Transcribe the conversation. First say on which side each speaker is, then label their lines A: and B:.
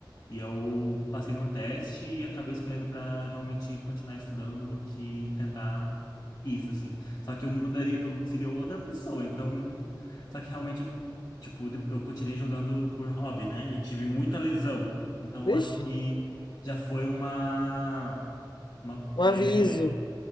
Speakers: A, on the left (about 40°); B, on the left (about 70°).
A: E eu passei num teste e acabei escolhendo para realmente continuar estudando do que tentar isso, assim. Só que eu mudaria, eu seria outra pessoa, então. Só que realmente, tipo, de- eu continuei jogando por hobby, né? E tive muita lesão. Então
B: Vixe,
A: eu acho que já foi uma. Uma
B: um
A: pré.
B: aviso